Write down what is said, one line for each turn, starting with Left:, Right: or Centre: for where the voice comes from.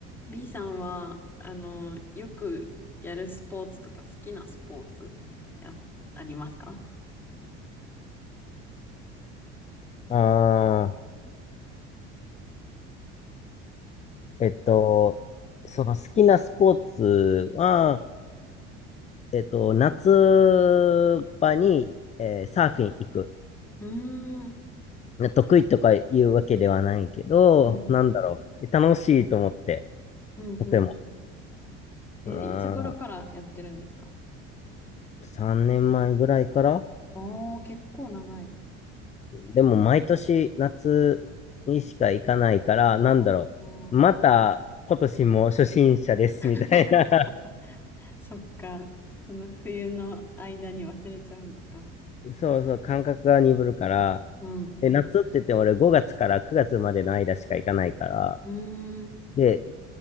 Centre: B さんは、あの、よくやるスポーツとか好きなスポーツってあ、ありますか
Left: ああ、えっと、その好きなスポーツは、えっと、夏場に、えーサーフィン行く。
Centre: うーん。
Left: ね得意とか言うわけではないけど、
Centre: うん。
Left: なんだろう。楽しいと思って、
Centre: うん、
Left: とても。
Centre: うん。うんへえ、
Left: うー
Centre: いつ頃からやってるんですか
Left: ん、3年前ぐらいから
Centre: ああー、結構長い。
Left: でも毎年夏にしか行かないから、なんだろう。
Centre: あー
Left: また今年も初心者です、
Centre: <laughs>
Left: みたいな。
Centre: そっか、その冬の間に忘れちゃうんか。
Left: <laughs> そうそう、感覚が鈍るから、
Centre: うん。
Left: で、夏って言っても俺5月から9月までの間しか行かないから、
Centre: うーん。
Left: で、